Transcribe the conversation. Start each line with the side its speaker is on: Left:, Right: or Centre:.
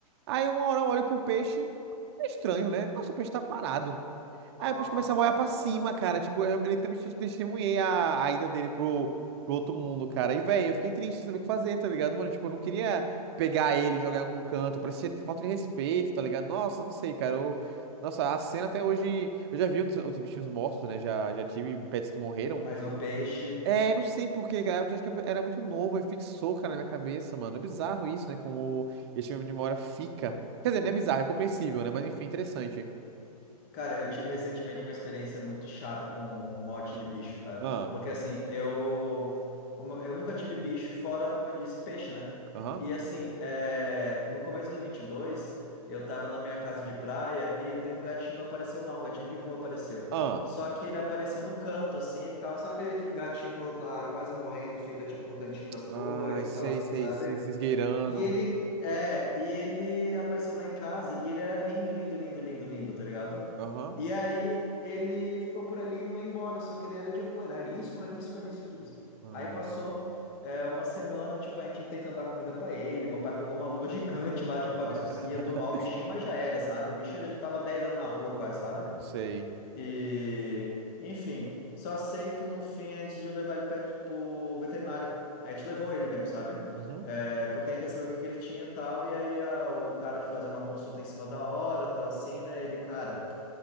Right: Aí uma hora eu olho pro peixe, é estranho, né? Nossa, o peixe tá parado.
Left: Ah,
Right: Aí depois começa a olhar pra
Left: não.
Right: cima, cara. Tipo, eu literalmente testemunhei a, a ida dele pro, pro outro mundo, cara. E, velho, eu fiquei triste, sem saber o que fazer, tá ligado, mano? Tipo, eu não queria pegar ele, e jogar em algum canto. Parecia falta de respeito, tá ligado? Nossa, não sei, cara. Eu- Nossa, a cena até hoje. Eu já vi outros, outros bichinhos mortos, né? Já, já tive pets que morreram.
Left: Mas o peixe.
Right: É, não sei por quê, cara. Eu acho que eu era muito novo e fixou, cara, na minha cabeça, mano. É bizarro isso, né? Como esse filme de memória fica. Quer dizer, não é bizarro, é compreensível, né? Mas enfim, interessante.
Left: Cara, eu tive recentemente uma experiência muito chata com morte
Right: Sim.
Left: de bicho, cara.
Right: Ah,
Left: Porque assim, eu, como eu nunca tive bicho fora, como eu disse, peixe, né?
Right: aham.
Left: E assim, é, no começo de 22, eu tava na minha casa de praia e de um gatinho apareceu lá, um gatinho de rua apareceu.
Right: Ah,
Left: Só que ele apareceu no canto, assim, ficava, sabe aquele que gatinho quando tá quase morrendo, fica tipo no cantinho das
Right: ai,
Left: coisas,
Right: sei,
Left: e tal, assim,
Right: sei,
Left: sabe?
Right: se se esgueirando.
Left: E ele, é, e ele apareceu lá em casa e ele era lindo, lindo, lindo, lindo, lindo, tá ligado?
Right: Aham.
Left: E aí ele ficou por ali e não ia embora, só que ele era de rua, era arisco, arisco, arisco, arisco.
Right: Ai,
Left: Aí passou
Right: velho.
Left: é, uma semana, tipo, a gente tentando dar comida pra ele. Meu pai pegou uma luva gigante lá, tipo,
Right: <laughs>
Left: pra ver se conseguia domar o bichinho, mas já era, sabe? O bicho ele tava 10 anos na rua quase, sabe?
Right: Não sei.
Left: E, enfim, só sei que no fim a gente decidiu levar ele pet- pro veterinário. A gente levou ele mesmo, sabe?
Right: Uhum.
Left: É, porque a gente quer saber o que que ele tinha e tal, e aí a- o cara fazer uma consulta em cima da hora, tal assim, né? Ele, cara.